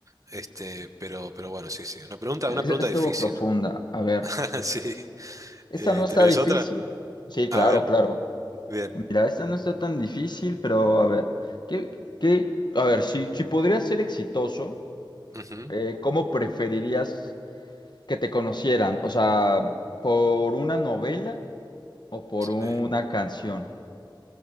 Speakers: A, on the right; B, on the left.
A: Este, pero, pero bueno, sí, sí. Una pregunta,
B: Es-
A: una pregunta
B: Estuvo
A: difícil.
B: profunda. A ver,
A: <laughs> Sí.
B: esta
A: Eh,
B: no está
A: ¿tenés
B: difícil.
A: otra?
B: Sí, claro,
A: A ver,
B: claro.
A: bien.
B: Mira, esta no está tan difícil, pero a ver, ¿qué, qué- a ver, si, si podrías ser exitoso,
A: Ujú,
B: eh, ¿cómo preferirías que te conocieran? O sea, ¿por una novela o por
A: sí.
B: una canción?